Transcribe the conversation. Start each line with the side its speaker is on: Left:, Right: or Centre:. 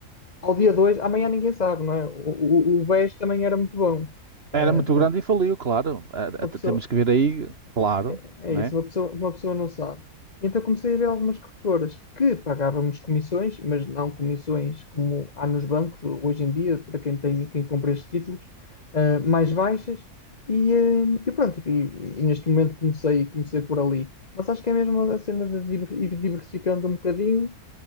Left: ao dia 2 amanhã ninguém sabe, não é? O, o, o BES também era muito bom. Ah,
Right: Era muito
Left: pronto,
Right: grande e faliu, claro. Ah,
Left: uma
Right: ah, t-
Left: pessoa,
Right: Temos que ver aí, claro,
Left: é
Right: né?
Left: é isso, uma pessoa, uma pessoa não sabe. Então comecei a ver algumas corretoras que pagávamos comissões, mas não comissões como há nos bancos hoje em dia, para quem tem, quem compra estes títulos, ah, mais baixas. E, ah, e pronto, e, e neste momento comecei, comecei por ali. Mas acho que é mesmo a cena de diver- ir diversificando um bocadinho,